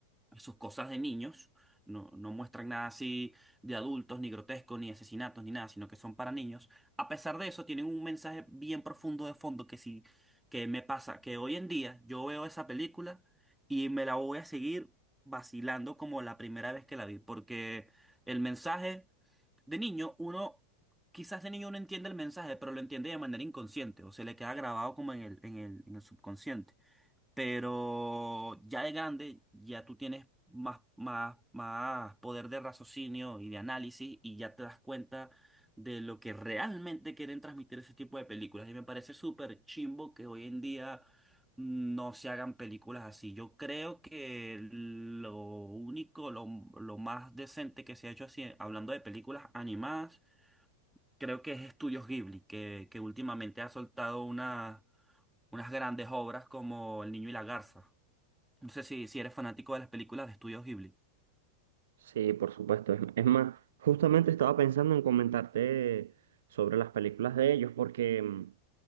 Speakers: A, in the centre; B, on the right.
A: sus cosas de niños, no, no muestran nada así de adultos, ni grotesco, ni asesinatos, ni nada, sino que son para niños. A pesar de eso, tienen un mensaje bien profundo de fondo que sí, que me pasa, que hoy en día yo veo esa película y me la voy a seguir vacilando como la primera vez que la vi, porque el mensaje de niño, uno... Quizás de niño uno entiende el mensaje, pero lo entiende de manera inconsciente o se le queda grabado como en el, en el, en el subconsciente. Pero ya de grande, ya tú tienes más, más, más poder de raciocinio y de análisis y ya te das cuenta de lo que realmente quieren transmitir ese tipo de películas. Y me parece súper chimbo que hoy en día no se hagan películas así. Yo creo que lo único, lo, lo más decente que se ha hecho así, hablando de películas animadas, creo que es Estudios Ghibli, que, que últimamente ha soltado una unas grandes obras como El Niño y la Garza. No sé si, si eres fanático de las películas de Estudios Ghibli.
B: Sí, por supuesto. Es, es más, justamente estaba pensando en comentarte sobre las películas de ellos porque... mm,